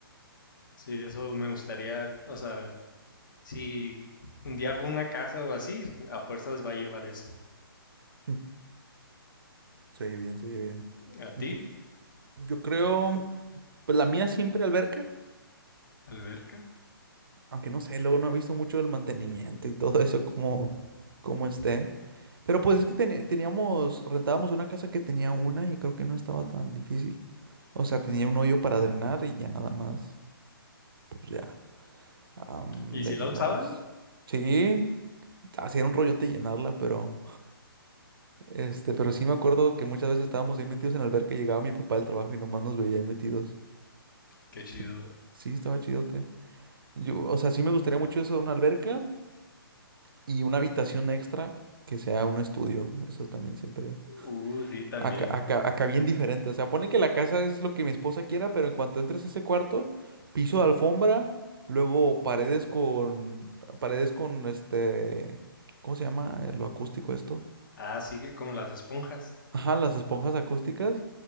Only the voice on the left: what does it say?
Sí, eso me gustaría, o sea, si un día hago una casa o así, a fuerzas va a llevar eso.
¿A ti?
¿Alberca?
¿Y
si la
usaban?
Qué chido.
Uh, sí, también.
Ah, sí, que como las esponjas.